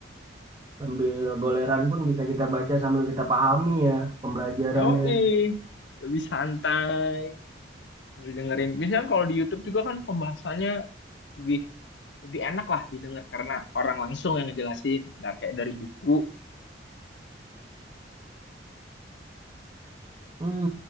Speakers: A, on the right; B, on the left.
A: Sambil goleran pun bisa kita baca sambil kita pahami ya pembelajarannya.
B: Yoi, lebih santai, lebih dengerin. Biasanya kalau di YouTube juga kan pembahasannya lebih lebih enak lah didengar karena orang langsung yang ngejelasin, nggak kayak dari buku.
A: Hmm,